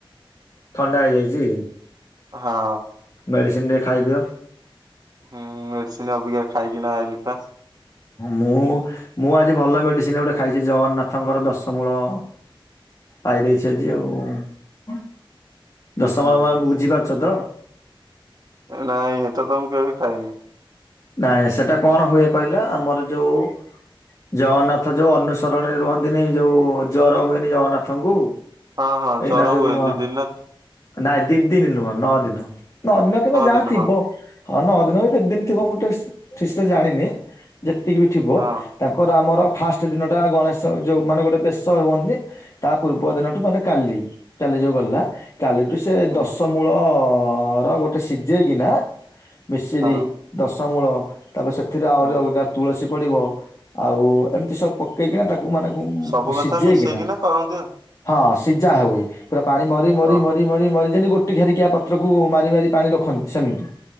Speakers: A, on the left (about 40°); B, on the right (about 45°).
A: ଥଣ୍ଡା ହେଇଯାଇଛି
B: ହଁ
A: ମେଡିସିନ ଟିଏ ଖାଇଦିଅ।
B: ହୁଁ ମେଡିସିନ ଅବିକା ଖାଇକିନା ଆଇଲିି ପା।
A: ମୁଁ ମୁଁ ଆଜି ଭଲ ମେଡିସିନ ଗୋଟେ ଖାଇଛି ଜଗନ୍ନାଥଙ୍କର ଦଶମୂଳ ପାଇ ଦେଇେଇଛି ଆଜି ଆଉ ଦଶମାଳ
B: ହୁଁ
A: ମଙ୍କୁ
B: ହୁଁ।
A: ବୁଝି ପାରୁଛ ତ।
B: ନାଇଁ ଏ ତ ତ ମୁଁ କେବେ ବି ଖାଇନି। ା
A: ନାଇଁ ସେଟା କଣ ହୁଏ କହିଲ ଆମର ଯୋଉ ଜଗନ୍ନାଥ ଯୋଉ ଅନୁସରଣରେ ରୁହନ୍ତିନି ଯୋଉ ଜର ହୁଏନି ଜଗନ୍ନାଥଙ୍କୁ
B: ହଁ ହଁ
A: ଏଇନା
B: ଜର
A: ଯୋଉ
B: ହୁଏ ଦି ଦିନ ନା
A: ନାଇଁ ଦି ଦିନ ନୁହ ନଅ ଦିନ ନଅ ଦିନ କିମ୍ବା ଯାହା
B: ଦିନ
A: ଥିବ
B: ହଁ
A: ହଁ ନଅ ଦିନ ବି କେତେ ଦିନ ଥିବ ମୁଁ ଟିକେ ଠିକ ସେ ଜାଣିନି ଯେତିକି ବି ଥିବ
B: ହଁ
A: ତାଙ୍କର ଆମର ଫାଷ୍ଟ ଦିନଟା ଗଣେଶ ଯୋଉ ମାନେ ଗୋଟେ ବେଶ ହୁଅନ୍ତି। ତା ପୂର୍ବ ଦିନଠୁ ମାନେ କାଲି, କାଲି ଯୋଉ ଗଲା। କାଲିଠୁ ସେ
B: ହୁଁ
A: ଦଶ ମୂଳ ର ଗୋଟେ ସିଝେଇକିନା ମିଶିରିି
B: ହଁ
A: ଦଶମୂଳ ତାପରେ ସେଥିରେ ଆହୁରି
B: ହୁଁ।
A: ଅଲଗା ତୁଳସୀ ପ ପଡିବ ଆଉ ଏମିତି ସବୁ ପକେଇକିନା ତାକୁ ମାନେ ଉଁମ-ମ୍
B: ସବୁ କଥା
A: ସିଝେଇକିନା
B: ମିଶେଇକିନା କରନ୍ତି ଆଉ
A: ହଁ ସିଝା ହୁଏ ପୁରା ପାଣି ମରି ମରି
B: ଓହୋ
A: ମରି ମରି ମରି ଯେମିତି ଗୋଟେ। <unintelligible> ଘାରିକି ପତ୍ରକୁ ମାରି ମାରି ପାଣି ରଖନ୍ତି ସେମିତି